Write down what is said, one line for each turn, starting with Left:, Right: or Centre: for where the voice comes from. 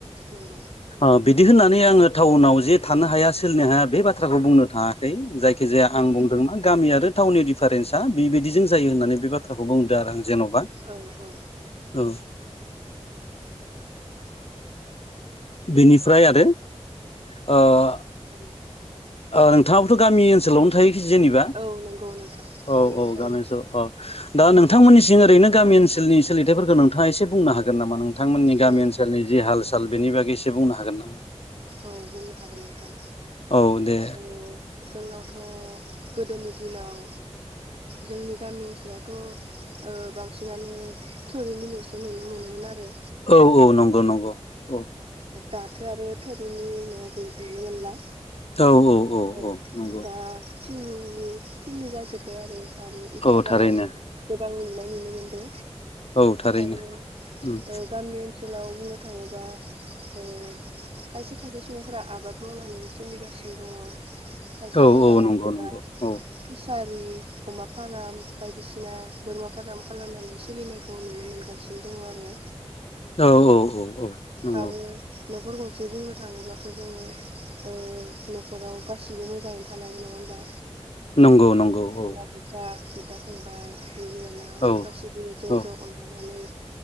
Right: नंगौ
Left: ओ बिदि होननानै आङो टाउनाव जे थानो हाया सोलिनो हाया बे बाथ्राखौ बुंनो थाङाखै जायखिजाया
Right: नंगौ
Left: आं
Right: नोंथां
Left: बुंदों गामि आरो टाउननि दिडिफारेनआ बेबायदिजों जायो होननानै बे बाथ्राखौ बुंदों आरो आङो जेन'बा
Right: औ औ
Left: ओ बेनिफ्राय आरो ओह
Right: औ
Left: ओह नोंथाङाबो गामि ओनसोलावनो थायो। जेनेबा
Right: औ नंगौ नोंथां गामियावनो
Left: औ औ
Right: थायो
Left: गामि ओनसोल औ। दा नोंथांनिसि ओरैनो गामि ओनसोलनि सोलिथायफोरखौ नोंथाङा एसे बुं हागोन नामा नोंथांमोननि गामि
Right: औ
Left: ओनसोल जि हाल साल बेनि बागैसे बुंनो हागोन नामा?
Right: औ बुंनो हागोन नोंथां।
Left: औ दे
Right: ओ जोंनावथ' गोदोनि दिनाव जोंनि गामि ओनसोलावथ' ओ बांसिनानो थोरिनि न'सो नुनो मोनोमोन आरो
Left: औ औ नंगौ। नंगौ औ
Right: दाथो आरो थोरिनि न' नुनो मोनला
Left: औ औ औ
Right: ओ
Left: औ नंगौ
Right: दा थिंनि थिंनि जाजोबबाय आरो आरो इथा
Left: औ
Right: बालाजों
Left: थारैनो
Right: गोबां लुनाय नुनो मोनदो
Left: औ थारैनो
Right: आरो
Left: उम
Right: ओ गामि ओनसोलाव बुंनो थाङोबा ओ खायसे खायसे सुबुंफोरा आबाद मावनानै सोलिगासिनो दङ। खायसेफोरा
Left: औ औ नंगौ
Right: होनबा
Left: नंगौ औ
Right: फिसारि अमा फाराम बायदिसिना बोरमा फाराम खालामनानै सोलिनायखौ नुनो मोनगासिनो दङ आरो।
Left: औ औ औ औ नंगौ
Right: आरो न'खर गंसे बुंनो थाङोब्लाथ' जोङो ओ न'खराव गासिबो मोजाङैनो थानांगौ नङा होमबा।
Left: नंगौ नंगौ
Right: बिमा
Left: औ
Right: बिफा बिदा फंबाय बिब' बिनानाव
Left: औ
Right: गासिबो ज'
Left: औ
Right: ज' अनलायनानै